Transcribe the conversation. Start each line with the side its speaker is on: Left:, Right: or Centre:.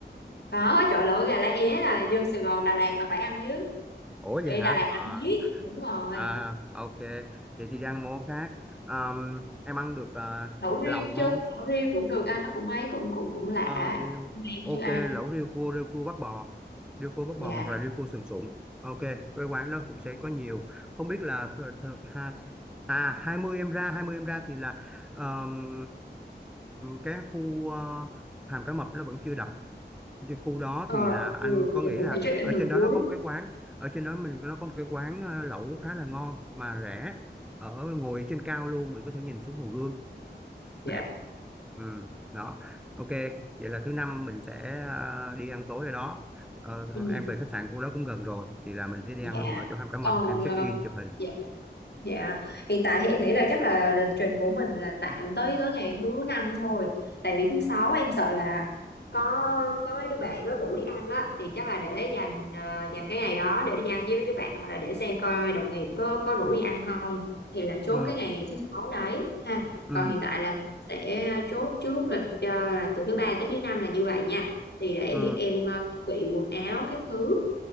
Left: có chỗ lẩu gà lá é là dân Sài Gòn Đà Lạt là phải ăn chứ
Centre: ủa
Left: đi
Centre: vậy hả
Left: Đà Lạt
Centre: ờ
Left: ăn biết đúng rồi
Centre: à, ok vậy thì đang món khác Ờm, em ăn được ờ,
Left: lẩu riêu
Centre: lòng không
Left: chưa lẩu riêu cũng được anh nó cũng mấy cũng cũng cũng lạ
Centre: ờ riêu
Left: em
Centre: ok
Left: chưa ăn
Centre: lẩu riêu cua riêu cua bắp bò riêu cua bắp
Left: dạ
Centre: bò hoặc là riêu cua sườn sụn ok cái quán đó cũng sẽ có nhiều không biết là th- th- ha à 20 em ra 20 em ra thì là ờm, cái khu ờ, hàm cá mập nó vẫn chưa đập Cái khu đó
Left: Ờ,
Centre: thì là anh
Left: được,
Centre: có
Left: dạ
Centre: nghĩ
Left: cũng
Centre: là
Left: phải check in
Centre: ở
Left: lần
Centre: trên đó
Left: cuối.
Centre: nó có một cái quán ở trên đó mình nó có một cái quán ờ, lẩu khá là ngon mà rẻ ở ngồi trên cao luôn mình có thể nhìn xuống Hồ Gươm
Left: Dạ.
Centre: đẹp ừ. đó ok vậy là thứ năm mình sẽ ờ, đi ăn tối ở đó Ờ,
Left: Ừ,
Centre: em về khách sạn của đó cũng gần rồi thì là mình sẽ đi
Left: dạ.
Centre: ăn luôn ở chỗ Hàm Cá Mập
Left: Còn,
Centre: em check
Left: ờ,
Centre: in chụp hình
Left: dạ Dạ, hiện tại thì em nghĩ là chắc là lịch trình của mình là tạm tới tới ngày thứ năm thôi. Tại vì thứ sáu em sợ là có có mấy đứa bạn nó rủ đi ăn á thì chắc là để dành ờ, dành cái ngày đó để đi ăn với mấy đứa bạn hoặc là để xem coi đồng nghiệp có có rủ đi ăn không thì là chốt
Centre: ừ
Left: cái ngày thứ sáu đấy ha.
Centre: ừ
Left: Còn hiện tại là sẽ chốt trước lịch ờ, là từ thứ ba tới thứ năm là như vậy nha. Thì để em
Centre: ừ
Left: biết em ờ, chuẩn bị quần áo các thứ.